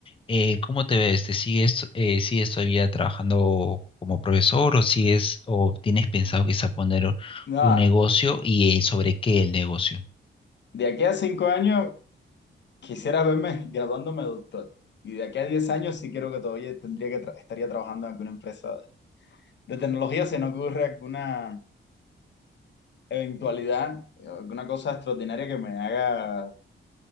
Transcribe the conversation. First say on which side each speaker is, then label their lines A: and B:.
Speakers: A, on the left; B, on the left.
A: eh, ¿cómo te ves? ¿Te sigues, eh, sigues todavía trabajando como profesor o sigues, o tienes pensado quizá poner
B: Nada,
A: un negocio y eh, sobre qué el negocio?
B: de aquí a cinco años quisiera verme <laughs> graduándome de doctor. Y de aquí a diez años sí creo que todavía tendría que tra- estaría trabajando en alguna empresa de tecnología, se nos ocurre alguna eventualidad, una cosa extraordinaria que me haga